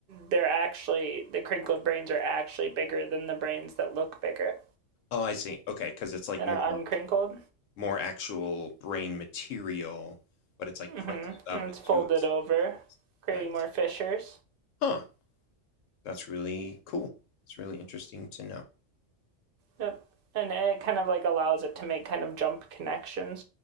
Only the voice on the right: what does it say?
they're actually the crinkled brains are actually bigger than the brains that look bigger.
and
are uncrinkled.
Mm-hmm.
And it's
folded
over, creating
more fissures.
Yep. And it kind of like allows it to make kind of jump connections